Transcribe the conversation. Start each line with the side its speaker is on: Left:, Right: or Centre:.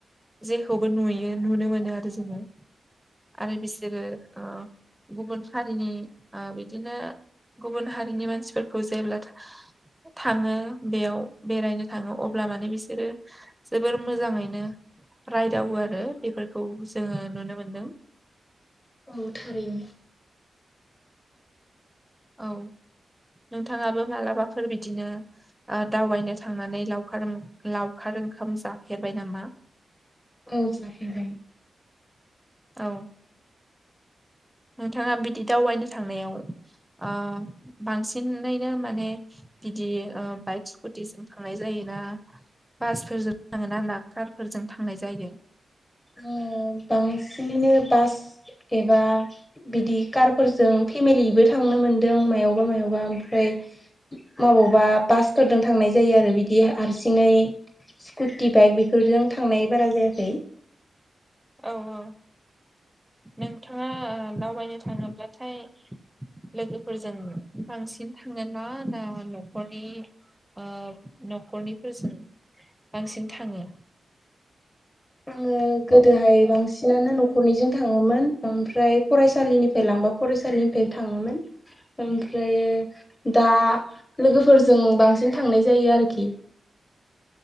Centre: जेखौबो नुयो नुनो मोनो आरो जोङो आरो बिसोरो ओ गुबुन हारिनि ओ- बिदिनो गुबुन हारिनि मानसिफोरखौ जेब्ला थाङो बेयाव बेरायनो थाङो अब्ला माने बिसोरो जोबोर मोजाङैनो। रायदावो आरो बेफोरखौ जोङो नुनो मोनदों।
Left: औ थारैनो।
Centre: औ। नोंथाङाबो मालाबाफोर बिदिनो ओ-दावबायनो थांनानै लावखार लावखार ओंखाम जाफेरबाय नामा?
Left: औ जाफ्लेबाय।
Centre: औ। नोंथाङा बिदि दावबायनो थांनायाव ओ-बांसिनैनो माने बिदि बाइक स्कुटिसिम थांनाय जायो। बा बासफोरजों थाङोना ना कारफोरजों थांनाय जायो?
Left: आंङो बांसिनैनो बास एबा बिदि कारफोरजों फेमिलिबो थांनो मोनदों मायावबा मबा ओमफ्राय माबावबा बासफोरजों थांनाय जायो आरो बिदि हारसिङै स्कुटि बाइक बेफोरजों थांनाय बारा जायाखै।
Centre: औ औ नोंथाङा ओ-दावबायनो थाङोब्लाथाय लोगोफोरजों बांसिन थाङोना ना न'खरनि? ओ-न'खरनिफोरजों बांसिन थाङो?
Left: आङो गोदोहाय बांसिनानो न'खरनिजों थाङोमोन ओमफ्राय फरायसालिनिफ्राय लांबा फरायसालिनिफ्राय थाङोमोन। ओमफ्रायो दा लोगोफोरजों बांसिन थांनाय जायो आरोखि। <inaudible>